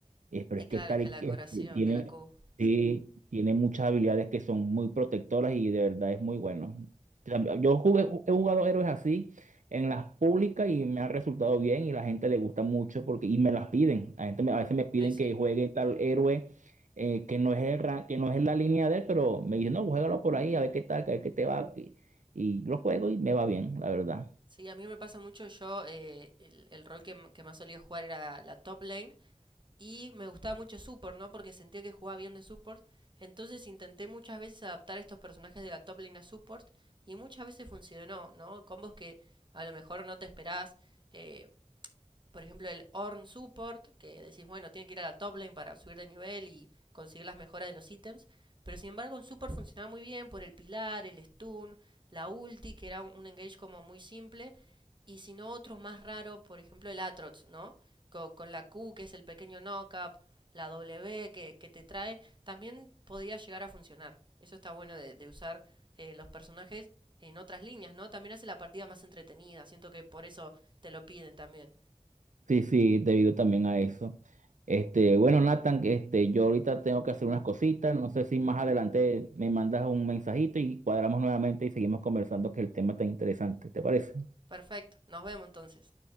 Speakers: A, on the right; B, on the right.
A: Eh, pero
B: Y
A: es
B: claro,
A: que Tarik
B: es que la
A: eh,
B: curación
A: tiene,
B: de la Q. Sí.
A: sí, tiene muchas habilidades que son muy protectoras y de verdad es muy bueno. O sea, Yo jugué, he jugado héroes así en las públicas y me ha resultado bien y la gente le gusta mucho porque, y me las piden. La gente me- a veces me piden
B: Eh, Sí.
A: que juegue tal héroe eh, que no es el ra- que no es la línea de él, pero me dicen, no, juégalo por ahí, a ver qué tal, a ver qué te va. Y, y lo juego y me va bien, la verdad.
B: Sí, a mí me pasa mucho. Yo, eh, el, el rol que, m- que más solía jugar era la top lane. Y me gustaba mucho support, ¿no? Porque sentía que jugaba bien de support. Entonces intenté muchas veces adaptar estos personajes de la top lane a support. Y muchas veces funcionó, ¿no? Combos que a lo mejor no te esperás. eh, por ejemplo, el Orn Support, que decís, bueno, tienen que ir a la top lane para subir de nivel y conseguir las mejoras de los ítems. Pero sin embargo, en Support funcionaba muy bien por el pilar, el stun, la ulti, que era un, un engage como muy simple. Y si no, otros más raros, por ejemplo, el Atrox, ¿no? Co- Con, la Q, que es el pequeño knockup, la W que, que te trae, también podía llegar a funcionar. Eso está bueno de, de usar eh, los personajes en otras líneas, ¿no? También hace la partida más entretenida. Siento que por eso te lo piden también.
A: Sí, sí, debido también a eso. Este, bueno, Nathan, este, yo ahorita tengo que hacer unas cositas. No sé si más adelante me mandas un mensajito y cuadramos nuevamente y seguimos conversando que el tema está interesante. ¿Te parece?
B: Perfecto, nos vemos entonces.